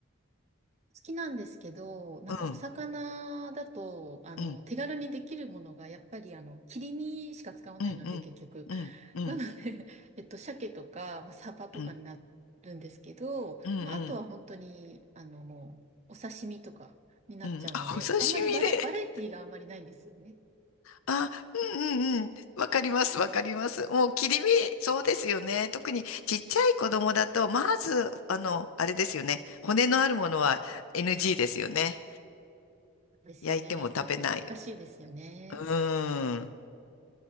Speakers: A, on the right; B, on the left.
A: 好きなんですけど、なんかお魚だと、
B: うん、
A: あの、
B: うん、
A: 手軽にできるものが、やっぱりあの、切り身しか使わないので、
B: うん、うん、
A: 結局。
B: うん、うん、
A: なので、<laughs> えっと、鮭とか、まあ、サバとかになるんですけど、
B: うん、うん、うん。
A: まあ、あとは本当に、あの、もう、お刺身とかになっちゃうので、
B: うんあ、お刺身で。
A: あんまりバラ、バラエティがあんまりないんですよね。
B: あ、うんうんうん。わかります、わかります。もう切り身、そうですよね。特にちっちゃい子供だと、まず、あの、あれですよね。骨のあるものは NG ですよね。
A: ですよね。
B: 焼いても食べない。
A: ちょっと難しいですよね。
B: うーん。